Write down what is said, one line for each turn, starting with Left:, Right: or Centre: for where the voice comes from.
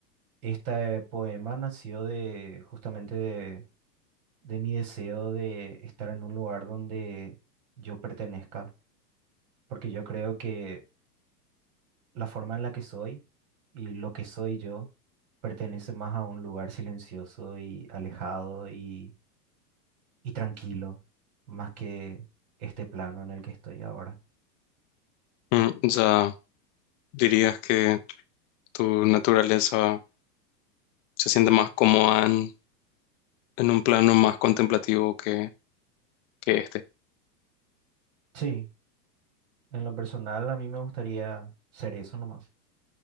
Right: Este poema nació de justamente de, de mi deseo de estar en un lugar donde yo pertenezca, porque yo creo que la forma en la que soy y lo que soy yo pertenece más a un lugar silencioso y alejado y, y tranquilo, más que este plano en el que estoy ahora.
Left: Mm, ya dirías que tu naturaleza se siente más cómoda en, en un plano más contemplativo que, que este.
Right: Sí, en lo personal a mí me gustaría ser eso nomás,